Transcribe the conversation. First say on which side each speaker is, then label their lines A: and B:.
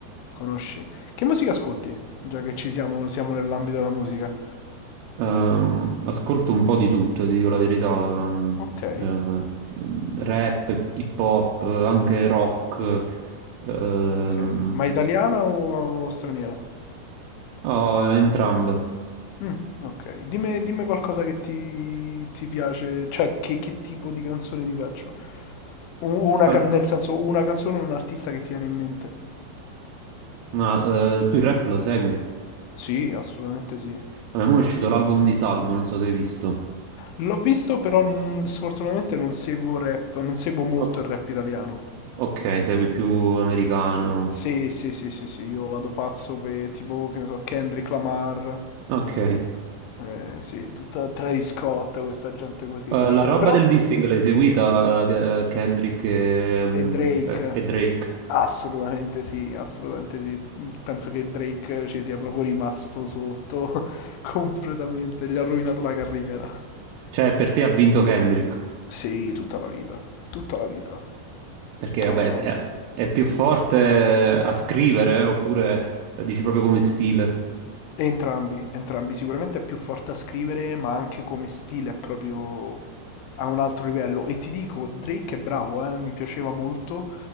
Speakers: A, on the left; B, on the right.
A: Conosci? Che musica ascolti? Già che ci siamo, siamo nell'ambito della musica.
B: Ehm, ascolto un po' di tutto, ti dico la verità, ehm,
A: Ok,
B: eh, rap, hip hop, anche rock, ehm,
A: ok. Ma italiana o, o straniera?
B: oh, entrambe.
A: Mm, ok. Dimmi, dimmi qualcosa che ti, ti piace, cioè che, che tipo di canzoni ti piacciono? U- Una,
B: Guarda,
A: ca- nel senso, una canzone o un artista che ti viene in mente?
B: ma, eh, tu il rap lo segui?
A: Sì, assolutamente sì.
B: A me mo è uscito l'album di Salmo, non so se hai visto.
A: L'ho visto, però mm, sfortunatamente non seguo rap, non seguo molto
B: O-
A: il rap italiano.
B: ok, segui più americano.
A: Sì, sì, sì, sì, sì, io vado pazzo per tipo, che ne so, Kendrick Lamar,
B: Ok.
A: eh, sì, tutta Travis Scott, questa gente così.
B: Eh, la roba
A: Però,
B: del dissing l'hai seguita, eh, Kendrick e, mm,
A: e Ho capito. Drake,
B: e- e Drake?
A: assolutamente sì, assolutamente sì. Penso che Drake ci sia proprio rimasto sotto <laughs> completamente, gli ha rovinato la carriera.
B: Cioè, per te ha vinto Kendrick?
A: Sì, tutta la vita, tutta la vita,
B: Perché, vabbè,
A: assolutamente
B: è, è più forte a scrivere, oppure eh, dici proprio
A: sì.
B: come stile?
A: Entrambi, entrambi. Sicuramente è più forte a scrivere, ma anche come stile è proprio a un altro livello. E ti dico, Drake è bravo, eh, mi piaceva molto,